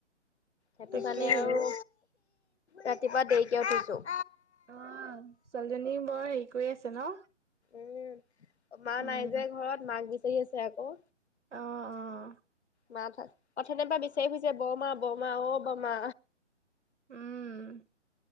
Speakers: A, on the left; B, on the right.
A: সেইটো
B: তাকে
A: কাৰণে
B: সেও
A: আৰু ৰাতিপুৱা দেৰিকে উঠিছো।
B: আহ ছোৱালীজনী বৰ হেৰি কৰি আছে ন?
A: উম মা
B: উম
A: নাই যে ঘৰত মাক বিচাৰি আছে আকৌ।
B: অঁ অঁ।
A: মা পথনে পৰা বিচাৰি ফুজছে বৰমা বৰমা অ বমা।
B: উম